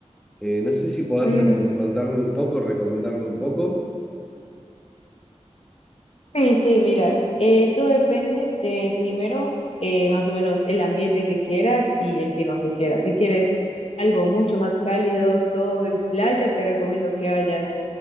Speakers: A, in the centre; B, on the left (about 60°).
A: Eh, no sé si podés
B: Mm,
A: recome- contarme un poco, recomendarme un poco.
B: sí, sí, mira, eh, todo depende de primero, eh, más o menos el ambiente que quieras y el clima que quieras. Si quieres algo mucho más cálido, sol, playa, te recomiendo que vayas